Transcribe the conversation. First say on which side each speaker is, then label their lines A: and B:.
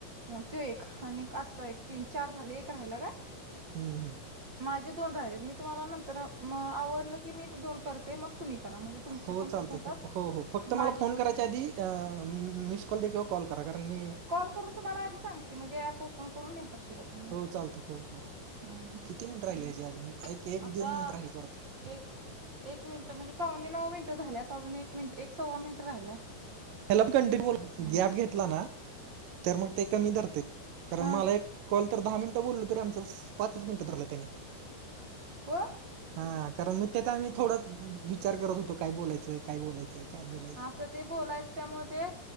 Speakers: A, on the right; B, on the right.
A: हो त्यो एक आणि आजचा एक, तीन, चार झाले एक राहिला काय?
B: हम्म हम्
A: माझे दोन राहिले मी तुम्हाला नंतर आवरलं की मी ते दोन करते मग तुम्ही करा म्हणजे तुमचे
B: हो
A: पण
B: चालते
A: पूर्ण होतात
B: हो हो फक्त
A: माझे
B: मला फोन
A: पण
B: करायच्या
A: पूर्ण
B: आधी
A: होतात
B: म म मिस <unintelligible> कॉल करा कारण मी
A: कॉल करून तुम्हाला आधी सांगते म्हणजे ऍप ओपन करून हे नाही करशील का तुम्ही
B: हो चालतंय हो हो हो
A: हम्म हम्म
B: किती मिनिट राहिली
A: मग
B: आहेजे अजून एक
A: आता
B: दोन मिनट राहिली थोडतं
A: एक एक मिनिट म्हणजे पावणे नऊ मिनिटं झाल्यायत अजून एक मिनट एक सव्वा मिनट राहिलाय
B: त्याला पण कंटी बोल
A: हम्म
B: गॅप घेतला ना तर मग ते कमी धरते कारण
A: हा
B: मला एक कॉल तर दहा मिनिटं बोलल तरी आमचं पाचच मिनिटं धरलं त्यानी
A: हो
B: हा कारण मग त्याचा आम्ही थोडत विचार करत होतो काय बोलायचंय काय बोलायचंय काय बोलायचं
A: तर ते बोलायच त्यामुळे ते